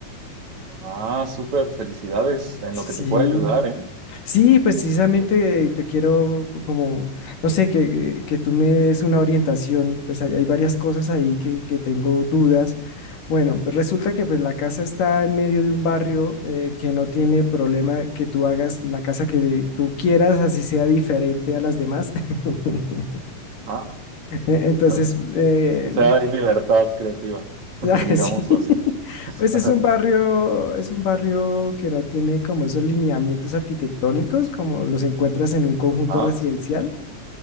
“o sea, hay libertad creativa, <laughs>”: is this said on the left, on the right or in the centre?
Right